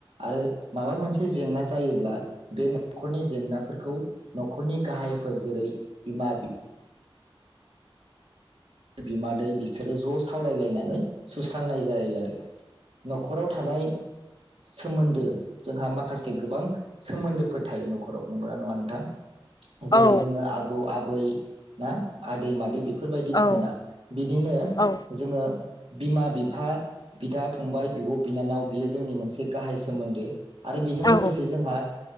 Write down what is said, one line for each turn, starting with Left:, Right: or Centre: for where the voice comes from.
Right: आरो माबा मोनसे जेंना जायोब्ला बे नखरनि जेंनाफोरखौ नखरनि गाहायफोर जेरै बिमा <unintelligible> बिमादै बिसोरो ज सावरायलायनानै सुस्रांनाय जायो आरो नखराव थानाय सोमोन्दो जोंहा माखासे गोबां सोमोन्दोफोर थायो नखराव नंगौना नङा नोंथां जेरै
Left: औ
Right: जोङो आबौ आबै ना आदै मादै बेद फोरबायदि बुङोना
Left: औ
Right: बिनिनो
Left: औ
Right: जोङो बिमा बिफा बिदा फंबाय बिब बिनानाव बियो जोंनि मोनसे गाहाय सोमोन्दो आरो बेजों
Left: औ
Right: लोगोसे जोंहा